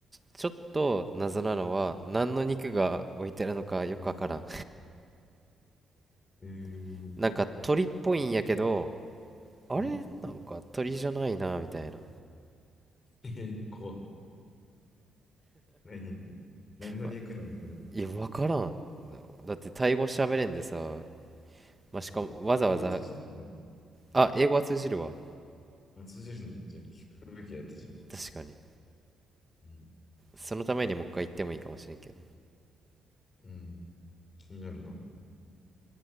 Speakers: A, on the right; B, on the left.
A: ちょっと謎なのは何の肉が置いてあるのかよくわからん
B: うん。えー、
A: <laughs> なんか鳥っぽいんやけどあれなんか鳥じゃないなみたいな
B: うん。えー、怖っ。何何の肉なのそれ。
A: わいや分からんだってタイ語喋れんでさ、まあ、
B: 確かに。
A: しかもわざわざ
B: 英語通じないんだよ。
A: あ英語は通じるわ
B: あ、通じるんだ。じゃあ聞くべきだったじゃん。
A: 確かに
B: うん。
A: そのためにもう一回行ってもいいかもしれんけど
B: うん。気になるな。う